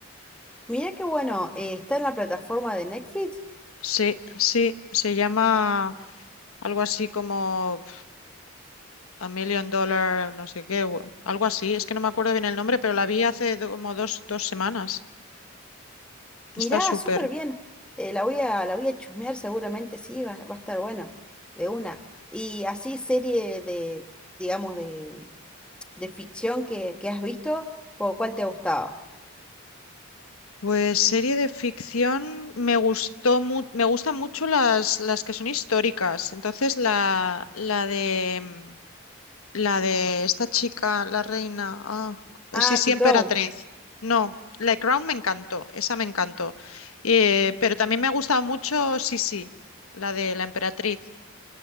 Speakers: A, in the centre; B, on the left.
A: mirá qué bueno, eh, está en la plataforma de Netflix.
B: Sí, sí, se llama algo así como A Million Dollar, no sé qué, o algo así. Es que no me acuerdo bien el nombre, pero la vi hace do- como dos, dos semanas.
A: Mirá,
B: Está súper.
A: súper bien. Eh, la voy a, la voy a chusmear seguramente, sí, va, va a estar bueno, de una. Y así serie de, digamos, de, de ficción que, que has visto, ¿cu- ¿cuál te ha gustado?
B: Pues serie de ficción me gustó mu- me gustan mucho las, las que son históricas. Entonces la, la de mm, la de esta chica, la reina, ah,
A: Ah,
B: sí, sí,
A: The
B: emperatriz.
A: Crown.
B: No, La Crown me encantó, esa me encantó. Eh, pero también me ha gustado mucho, sí, sí, la de la emperatriz.